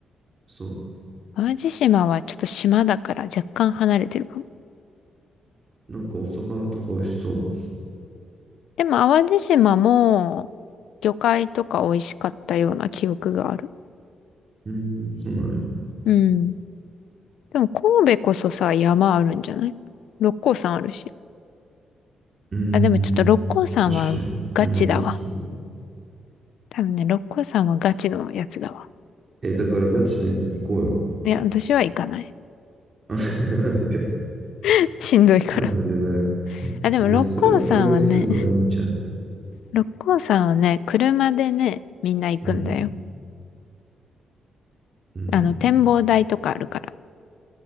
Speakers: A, on the right; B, on the left.
A: そう。
B: 淡路島はちょっと島だから若干離れてるかも。
A: なんかお魚とか美味しそう。
B: でも淡路島も魚介とか美味しかったような記憶がある。
A: うーん、そうなんや。
B: うん。でも神戸こそさ、山あるんじゃない六甲山あるし。
A: うーん、
B: あ、でもちょっと六甲山はガチだわ。
A: 確かに。山も美味しそうだ。
B: 多分ね、六甲山はガチのやつだわ。
A: え、だからガチで行こうよ。
B: いや、私は行かない。
A: <laughs> なんで、
B: <laughs> しんどいから。
A: なんでだよ。
B: あ、でも六甲山はね、
A: いや、それを共有するのがいいんじゃん。
B: <laughs> 六甲山はね、車でね、みんな行くんだよ。
A: うん。うん。
B: あの、展望台とかあるから。